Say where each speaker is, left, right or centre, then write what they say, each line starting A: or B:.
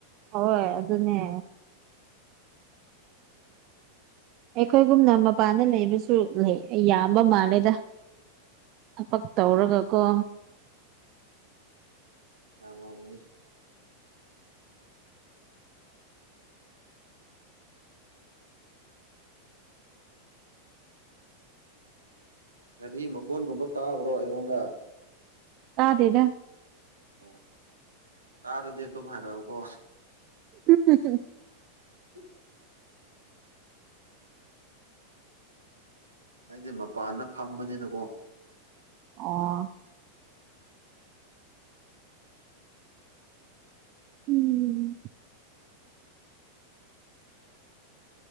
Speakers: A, on the right; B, on the right.
A: ꯍꯣꯏ ꯑꯗꯨꯅꯦ ꯑꯩꯈꯣꯏꯒꯨꯝꯅ ꯃꯄꯥꯟꯗ ꯂꯩꯕꯁꯨ ꯂꯩ ꯑꯩ ꯌꯥꯝꯕ ꯃꯥꯜꯂꯦꯗ ꯊꯕꯛ ꯇꯧꯔꯒꯀꯣ
B: ꯑꯃꯅꯤ ꯒꯥꯔꯤ ꯃꯈꯣꯟꯒꯨꯝꯕ ꯇꯥꯕ꯭ꯔꯣ ꯑꯩꯉꯣꯟꯗ
A: ꯇꯥꯗꯗ
B: ꯑꯣ ꯇꯔꯗꯤ ꯑꯗꯨ ꯍꯥꯏꯔꯥꯎ ꯀ
A: ꯍꯝ
B: ꯍ ꯑꯩꯗꯤ ꯃꯄꯥꯟꯗ ꯐꯝꯕꯅꯤꯅꯀꯣ
A: ꯑꯣ ꯎꯝ